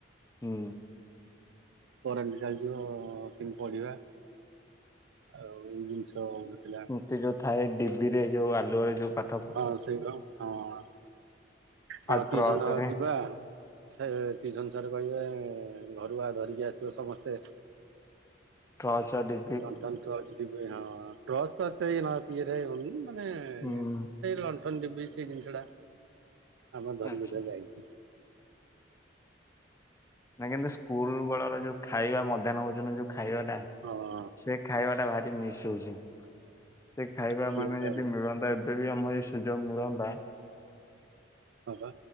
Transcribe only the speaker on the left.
ହୁଁ
ସେ ଯୋଉ ଥାଏ ଡିିବିରେ ଯୋଉ ଆଲୁଆରେ ଯୋଉ ପା
ଆଉ ଟ୍ରର୍ଚରେ
ଟର୍ଚ୍ଚ ଡି
ହୁଁ
ଆଚ୍ଛା।
ନା କିନ୍ତୁ ସ୍କୁଲ ବେଳର ଯେଉଁ ଖାଇବା ମଧ୍ୟାହ୍ନ ଭୋଜନର ଯେଉଁ ଖାଇବାଟା।
ସେ ଖାଇବା ଟା ଭାରି ମିସ୍ ହଉଛି ସେ ଖାଇବା
ମାନେ
ଯଦି ମିଳନ୍ତା ଯଦି ଆମ ଏ ସୁଯୋଗ ମିଳନ୍ତା